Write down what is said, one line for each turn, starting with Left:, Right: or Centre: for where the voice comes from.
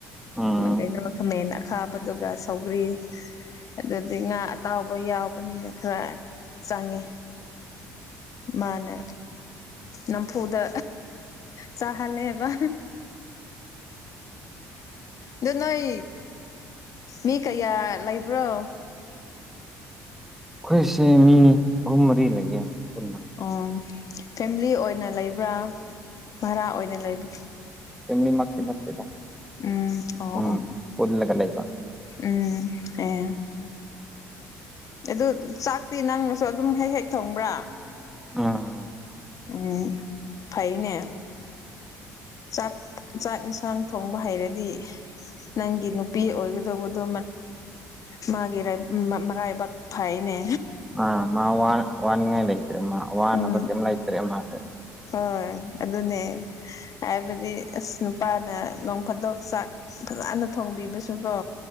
Centre: ꯎꯝ
Left: ꯀꯩꯅꯣ ꯈꯥꯃꯦꯟ ꯑꯈꯥꯕꯗꯨꯒ ꯁꯧꯒꯔꯤ ꯑꯗꯨꯗꯤ ꯉꯥ ꯑꯇꯥꯎꯕ ꯌꯥꯎꯕꯅꯤꯅ ꯈꯔ ꯆꯪꯉꯤ ꯃꯥꯅꯦ ꯅꯝꯐꯨꯗ ꯆꯥꯍꯜꯂꯦꯕ ꯑꯗꯨ ꯅꯣꯏ ꯃꯤ ꯀꯌꯥ ꯂꯩꯕ꯭ꯔꯣ
Centre: ꯑꯩꯈꯣꯏꯁꯦ ꯃꯤ ꯑꯍꯨꯝ ꯃꯔꯤ ꯂꯩꯒꯦ ꯄꯨꯟꯅ
Left: ꯑꯣ ꯐꯦꯃꯤꯂꯤ ꯑꯣꯏꯅ ꯂꯩꯕ꯭ꯔꯥ ꯚꯔꯥ ꯑꯣꯏꯅ ꯂꯩꯕ꯭ꯔꯥ
Centre: ꯅꯤ ꯃꯥꯈꯤ ꯅꯠꯇꯦꯗ
Left: ꯎꯝ ꯑꯣ
Centre: ꯎꯝ
Left: ꯑꯣ
Centre: ꯄꯨꯜꯂꯒ ꯂꯩꯕ
Left: ꯎꯝ ꯑꯦꯦ ꯑꯗꯨ ꯆꯥꯛꯇꯤ ꯅꯪꯅꯁꯨ ꯑꯗꯨꯝ ꯍꯦꯛ ꯍꯦꯛ ꯊꯣꯡꯕ꯭ꯔꯥ
Centre: ꯑꯝ
Left: ꯎꯝ ꯐꯥꯏꯅꯦ ꯆꯥꯛ ꯆꯥꯛ ꯌꯦꯟꯁꯥꯡ ꯊꯣꯡꯕ ꯍꯩꯔꯗꯤ ꯅꯪꯒꯤ ꯅꯨꯄꯤ ꯑꯣꯏꯒꯗꯧꯕꯗꯣ ꯃꯥꯒꯤ ꯃꯔꯥꯏꯕꯥꯛ ꯐꯥꯏꯅꯦ
Centre: ꯑ ꯃꯥ ꯋꯥ ꯋꯥꯅꯤꯡꯉꯥꯏ ꯂꯩꯇꯦ ꯃꯥ ꯋꯥꯍꯅꯕꯛꯦꯝ
Left: ꯎꯝ
Centre: ꯂꯩꯇ꯭ꯔꯦ ꯃꯥꯁꯦ
Left: ꯍꯣꯏ ꯑꯗꯨꯅꯦ ꯍꯥꯏꯕꯗꯤ ꯑꯁ ꯅꯨꯄꯥꯅ ꯅꯣꯡ ꯐꯥꯗꯣꯛ ꯆꯥꯛ ꯐꯖꯅ ꯊꯣꯡꯕꯤꯕꯁꯨ ꯀꯣ